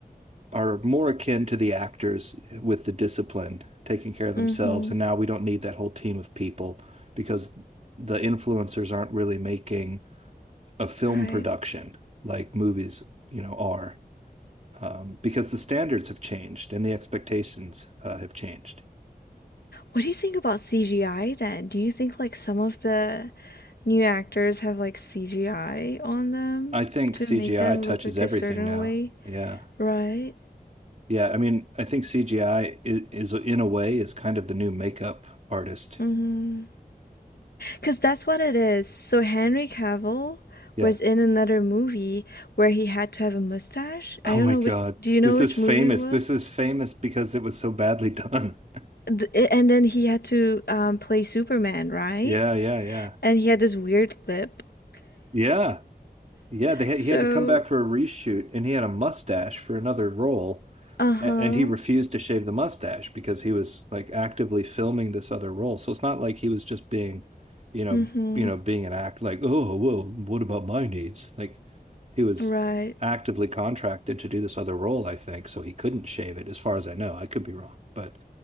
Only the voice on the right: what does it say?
are more akin to the actors with the discipline, taking care of themselves.
And now we don't need that whole team of people because the influencers aren't really making a film
production like movies, you know, are um, because the standards have changed and the expectations uh, have changed.
I think
CGI
touches
everything
now.
Yeah.
Yeah. I mean, I think CGI is, is in a way is kind of the new makeup artist.
Yeah.
Oh
my
God.
This
is
famous.
This is famous because it was so badly done. <laughs>
Yeah, yeah, yeah.
Yeah. Yeah, they had,
he had to come back for a reshoot and he had a mustache for another role
And he refused to shave the mustache because he was like actively filming this other role. So it's not like he was just being, you know,
you know, being an act like, oh, well, what about my needs? Like he was
actively contracted to do this other role, I think, so he couldn't shave it, as far as I know. I could be wrong, but